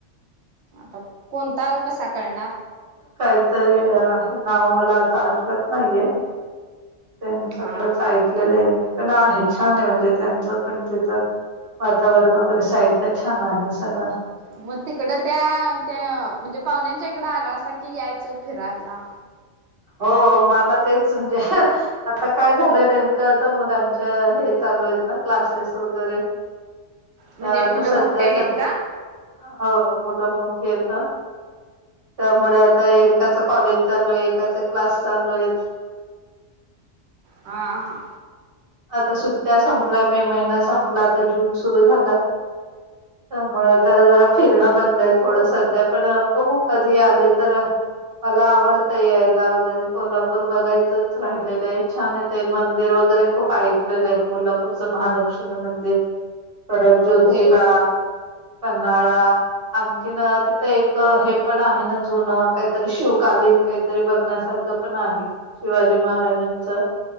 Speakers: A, on the right; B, on the right.
A: आता कोणता कसा कळणार?
B: काहीतरी आहे नाव मला आता आठवत नाहीये. त्यांच्याकडच
A: हा
B: ऐकलेलंय मी पण आहे छान आहे म्हणजे त्यांचं पण तिथं वातावरण वगैरे साईड ला छान आहे सगळं
A: मग तिकडं त्या त्या म्हणजे पाहुण्यांच्या इकडं आला असा कि यायचं फिरायला
B: हो मला तेच म्हणजे आता काय झालं नेमकं आता मुलांच्या हे चालु चालू आहेत ना क्लासेस वगैरे
A: म्हणजे
B: आता
A: मुलं
B: सध्या
A: मोठे आहेत
B: तर
A: का?
B: हो मुलं मोठी आहेता त्यामुळे आता एकाच कॉलेज चालू आहे एकाचा क्लास चालूयत
A: हा हा.
B: आता सुट्ट्या संपल्या मे महिना संपला आता जून सुरू झाला. त्यामुळे ता जरा फिरणं बंद आहे थोडं सध्या पण बघू कधी आले तर मला आवडतय यायला वगैरे कोल्हापूर बघायचंच राहिलेलं आहे छानचय ते मंदिर व वगैरे खूप ऐकलेलं आहे कोल्हापूरचं महालक्ष्मी मंदिर परत ज्योतिबा
A: होय.
B: पन्हाळा आणखीन तिथे एक हे पण आहे ना जुन काहीतरी शिवकालीन? काहीतरी बघण्यासारखं पण आहे शिवाजी महाराजांचं?